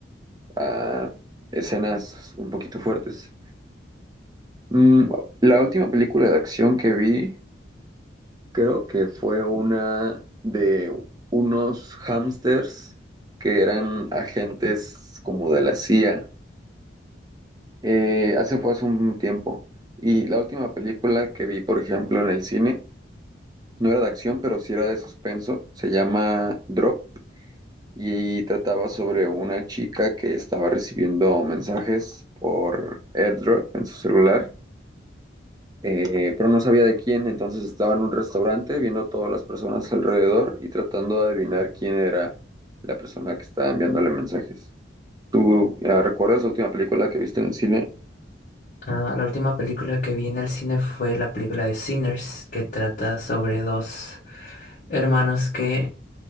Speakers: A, on the right; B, on the left.
A: ah, escenas un poquito fuertes. Mm, la última película de acción que vi creo que fue una de unos hamsters que eran agentes como de la CIA Eh, hace fue hace un tiempo. Y la última película que vi, por ejemplo, en el cine, no era de acción, pero sí era de suspenso. Se llama Drop y trataba sobre una chica que estaba recibiendo mensajes por AirDrop en su celular, eh, pero no sabía de quién. Entonces estaba en un restaurante viendo todas las personas alrededor y tratando de adivinar quién era la persona que estaba enviándole mensajes. ¿Tú eh, recuerdas la última película que viste en el cine?
B: Ah, la última película que vi en el cine fue la película de Sinners, que trata sobre dos hermanos que